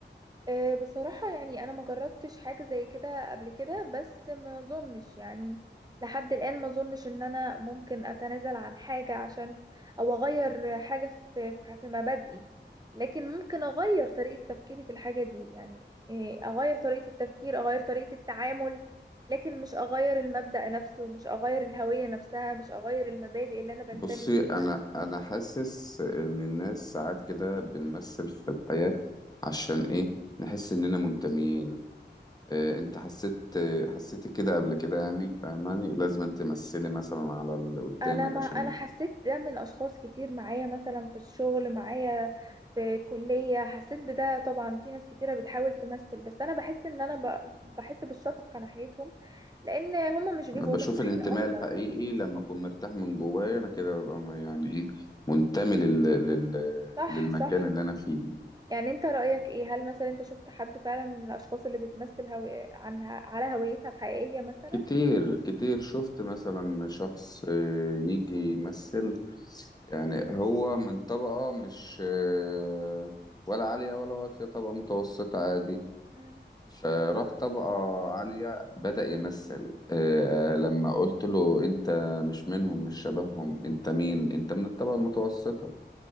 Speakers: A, on the right; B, on the left.
A: أه، بصراحة يعني أنا ما جربتش حاجة زي كده قبل كده بس ما أظنش يعني لحد الآن ما أظنش إن أنا ممكن أتنازل عن حاجة عشان أو أغير حاجة في في في مبادئي لكن ممكن أغير طريقة تفكيري في الحاجة دي يعني إيه، أغير طريقة التفكير أغير طريقة التعامل لكن مش أغير المبدأ نفسه مش أغير الهوية نفسها مش أغير المبادئ اللي أنا بنتمي
B: بصي
A: ليها
B: انا انا حاسس ان الناس ساعات كده بنمثل في الحياة عشان ايه نحس اننا منتميين إيه انت حسيت حسيتي كده قبل كده يعني فاهماني لازم تمثلي مثلا على اللي قدامك
A: انا ما
B: عشان
A: انا حسيت ده من اشخاص كتير معايا مثلا في الشغل معايا في الكلية حسيت بده طبعا في ناس كتيرة بتحاول تمثل بس انا بحس ان انا ب... بحس بالشفقة ناحيتهم لان هم مش بيبقوا
B: انا بشوف
A: مرتاحين
B: الانتماء
A: اصلا
B: الحقيقي لما اكون مرتاح من جوايا انا كده ببقى م- يعني ايه منتمي لل... لل...
A: صح
B: للمكان
A: صح
B: اللي انا فيه
A: يعني انت رأيك ايه هل مثلا انت شفت حد فعلا من الاشخاص اللي بتمثل هو... عنها على هويتها الحقيقية مثلا
B: كتير كتير شفت مثلا شخص آه، يجي يمثل يعني هو من طبقة مش آه، ولا عالية ولا واطية طبقة متوسطة عادي
A: مم.
B: فراح طبقة عالية بدأ يمثل آه، لما قلت له أنت مش منهم مش شبههم أنت مين أنت من الطبقة المتوسطة